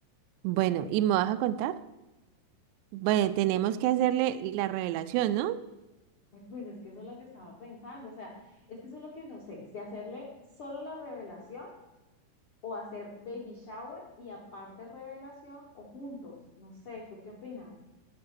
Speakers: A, on the right; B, on the left.
A: Bueno, ¿y me vas a contar? Bueno, tenemos que hacerle la revelación, ¿no?
B: Eh, Pues es que eso es lo que estaba pensando. O sea, es que eso es lo que no sé, si hacerle solo la revelación o hacer baby shower y aparte revelación o juntos. No sé, ¿tú qué opinas?